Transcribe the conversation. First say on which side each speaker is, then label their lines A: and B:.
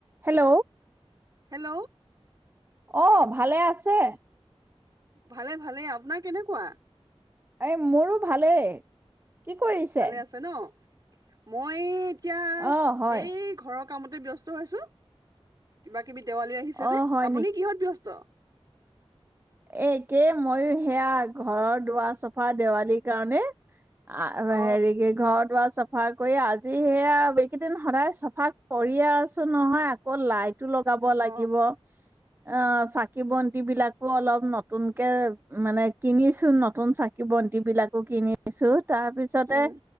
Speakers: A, on the right (about 20°); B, on the right (about 35°).
A: Hello
B: hello.
A: অ' ভালে আছে?
B: ভালে, ভালে আপোনাৰ কেনেকুৱা?
A: এই মোৰো ভালেই। কি কৰিছে
B: ভালে আছে ন? মই এতিয়া
A: অ হয়
B: এই ঘৰত কামতেই ব্যস্ত হৈ আছো। কিবা দেৱালী আহিছে
A: অ
B: যে
A: হয়
B: আপুনি কিহত ব্যস্ত? <inaudible>
A: এ একেই মইয়ো সেয়া ঘৰৰ দুৱাৰ চফা দেৱালীৰ কাৰণে, আ
B: অ
A: হেৰিক ঘৰ চাফা কৰি আজি সেয়া, এইকেইদিন সদায় চাফা কৰিয়ে আছো নহয়, আকৌ লাইট টো লগাব
B: অ
A: লাগিব। অ' চাকি বন্তি বিলাক নতুনকে মানে, কিনিছো নতুন চাকি বন্তি বিলাকো কিনিছো। তাৰ পিছতে
B: উম